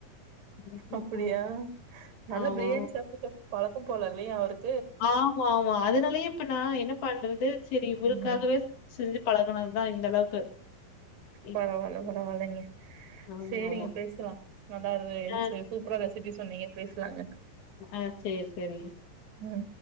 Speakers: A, on the left; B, on the right.
A: ம்ஹ்ம்.
B: அப்டியா
A: ம்.
B: நல்லா
A: ஆமா.
B: பிரியாணி சாப்ட்டு சாப் பழக்கம் போல இல்லயே அவருக்
A: ஆமா ஆமா அதனாலயே இப்ப நா என்ன பண்றது சரி இவருக்காகவே
B: ம்
A: ச செஞ்சு பழகனதுதா இந்த அளவுக்கு இப்
B: பரவால்ல
A: ம்.
B: பரவால்லைங்க
A: ஆமாமா.
B: சேரிங்க பேசலா நல்லா இரு
A: ஆ,
B: <unintelligible> சூப்ரா ரெசிபி சொன்னீங்க பேசலாங்க
A: ஆ சேரி சேரிங்க
B: ம்